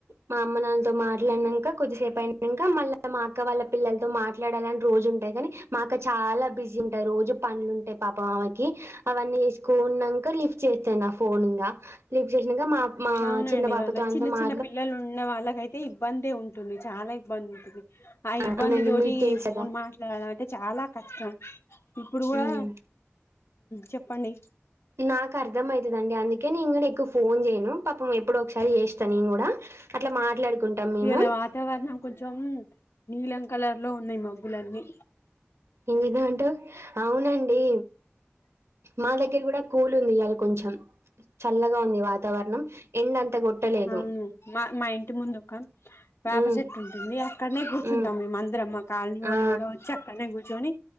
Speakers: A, on the right; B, on the left.
A: మా అమ్మ నాన్నతో మాట్లాడినాక కొద్దిసేపు అయినాక మళ్ళీ మా అక్క వాళ్ళ పిల్లలతో మాట్లాడాలని రోజు ఉంటాయి కానీ మా అక్క చాలా బిజీ ఉంటాయి రోజు పంలు ఉంటాయి పాప మామకి అవన్నీ వసుకున్నాక లిఫ్ట్ చేస్తాను నా ఫోన్ లిఫ్ట్ చే మా మా
B: అవునండి
A: చిన్న పాపతో
B: వాళ్ళకి
A: అంతా
B: చిన్న
A: మా
B: చిన్న పిల్లలు ఉన్న వాళ్ళకయితే ఇబ్బందే ఉంటుంది చాలా ఇబ్బంది ఉంటది ఆ ఇబ్బంది
A: అవునండి
B: తోటి
A: మీకు తెలుసు
B: ఫోన్
A: కదా
B: మాట్లాడడం అంటే చాలా కష్టం ఇప్పుడు కూడా
A: మ్మ్
B: చెప్పండి
A: నాకు అర్థం అయితదండి అందుకే నేను కూడా ఎక్కువ ఫోన్ చేయ్యను పాపం ఎప్పుడు ఒకసారి చేస్తా నేను కూడా అట్లా మాట్లాడుకుంటాం మేము
B: ఇయాల వాతావరణం కొంచెం నీలం కలర్ లో ఉన్నాయి మబ్బులన్నీ
A: ఏందట అవునండి మా దగ్గర కూడా కూలి ఇయ్యాల కొంచెం చల్లగా ఉంది వాతావరణం ఎండ అంత కొట్టలేదు
B: అవును మా మా ఇంటి ముందు ఒక వేప
A: ఉమ్
B: చెట్టు ఉంటుంది అక్కడనే కూర్చుంటాం
A: ఉమ్
B: మేముమందరం మా కాలనీ వాళ్ళు
A: ఆ
B: కూడా వచ్చి అక్కడనే కూర్చొని